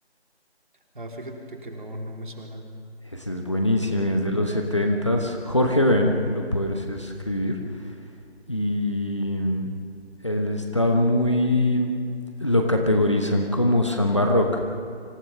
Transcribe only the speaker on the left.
Ese es buenísimo, es de los setentas. Jorge Ben, lo puedes escribir. Y mm, él está muy... Lo categorizan como samba rock